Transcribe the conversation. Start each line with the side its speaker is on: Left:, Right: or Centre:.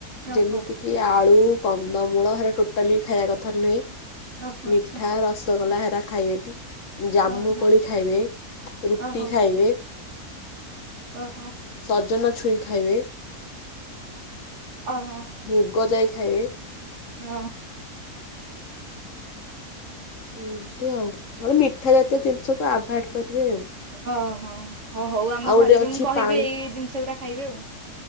Left: ଯେମିତି
Right: ଓହୋ
Left: କିି ଆଳୁ କନ୍ଦମୂଳ ହେରା ଟୋଟାଲି ଖାଇବା କଥା ନୁହେଁ।
Right: ଓହୋ ଆଚ୍ଛା
Left: ମିଠା ରସଗୋ ଲା ହେରା ଖାଇବେତୀ ଜାମୁ
Right: ଓହୋ
Left: କୋଳି ଖାଇବେ। ରୁଟି
Right: ଓହୋ
Left: ଖାଇବେ
Right: ଓହୋ
Left: ସଜନ ଛୁଇଁ ଖାଇବେ।
Right: ଓହୋ
Left: ମୁଗ ଯାଇ ଖାଇବେ।
Right: ହ
Left: ଏମତି ଆଉ, ମଣେ ମିଠା ଜାତୀୟ ଜିନିଷକୁ ଆଭଏଡ କରିବେ ଆଉ।
Right: ହଁ ହଁ ହଁ ହଉ ଆମ
Left: ଆଉ
Right: ଘରେ
Left: ଗୋଟେ
Right: ବି
Left: ଅଛି
Right: ମୁଁ କହିବି
Left: ପାଣି
Right: ଏଇ ଜିନିଷ ଗୁଡ଼ା ଖାଇଵେ ଆଉ।